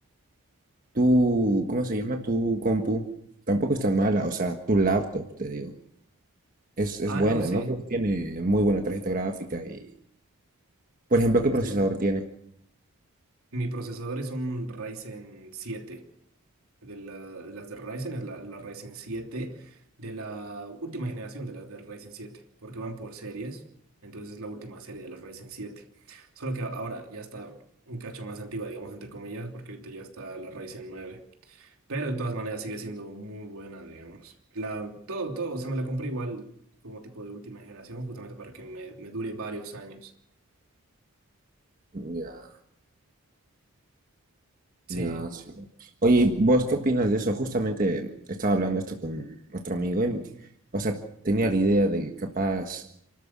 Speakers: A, on the right; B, on the right.
A: tú, ¿cómo se llama? Tu compu tampoco es tan mala, o sea, tu laptop, te digo. Es, es
B: Ah,
A: buena,
B: no, sí.
A: ¿no? Tiene muy buena tarjeta gráfica y, por ejemplo, ¿qué procesador
B: Sí,
A: tiene?
B: Mi procesador es un Ryzen siete de, la- de las de Ryzen, es la, la Ryzen siete de la última generación de las de Ryzen siete porque van por series, entonces es la última serie de las Ryzen siete Solo que a- ahora ya está un cacho más antigua, digamos, entre comillas, porque ahorita ya está la Ryzen nueve Pero de todas maneras sigue siendo muy buena, digamos. La, todo, todo, o sea, me la compré igual como tipo de última generación, justamente para que me, me dure varios años.
A: Ya.
B: Sí,
A: Ya, sí. Oye, ¿y ¿vos qué opinas de eso? Justamente estaba hablando esto con otro amigo y, o sea, tenía la idea de que capaz,